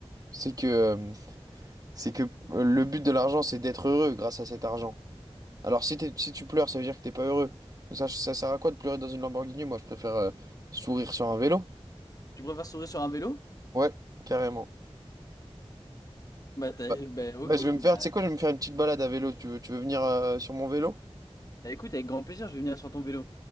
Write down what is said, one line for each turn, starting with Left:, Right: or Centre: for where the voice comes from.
Right: C'est que, euh, c'est que euh, le but de l'argent c'est d'être heureux grâce à cet argent. Alors si t'es- si tu pleures, ça veut dire que t'es pas heureux. Donc ça, ça sert à quoi de pleurer dans une Lamborghini? Moi je préfère euh, sourire sur un vélo.
Left: Tu préfères sourire sur un vélo?
Right: Ouais, carrément.
Left: Bah, t'as-
Right: Bah,
Left: bah, ok,
Right: bah, je vais me
Left: bah,
Right: faire, tu sais quoi, je vais me faire une petite balade à vélo. Tu veux, tu veux venir euh, sur mon vélo?
Left: bah, écoute, avec grand plaisir, je vais venir sur ton vélo.